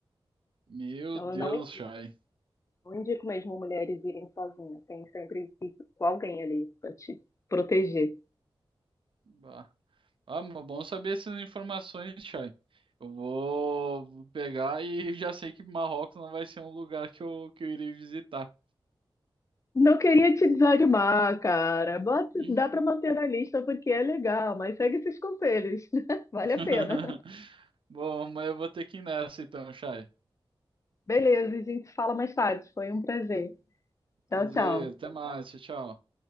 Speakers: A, on the right; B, on the left.
A: Meu
B: Então,
A: Deus,
B: eu não indico.
A: Chay.
B: Não indico mesmo mulheres irem sozinhas. Tem sempre que ir com alguém ali para te proteger.
A: Bah. Ah, mas bom saber essas informações, Chay. Eu vou vou pegar e <laughs> já sei que Marrocos não vai ser um lugar que eu, que eu irei visitar.
B: Não queria te desanimar, cara. Bota,
A: Uhum.
B: dá para manter na lista porque é legal, mas segue esses conselhos. <laughs> Vale
A: <laughs>
B: a pena.
A: Bom, mas eu vou ter que ir nessa então, Chay.
B: Beleza, a gente se fala mais tarde. Foi um prazer. Tchau,
A: Prazer,
B: tchau.
A: até mais, tchau. tchau.